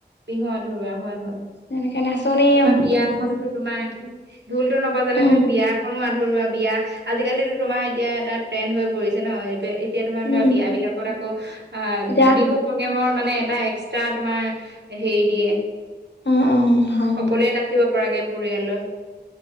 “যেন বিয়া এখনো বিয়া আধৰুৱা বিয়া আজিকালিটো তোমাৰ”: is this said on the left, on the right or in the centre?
Right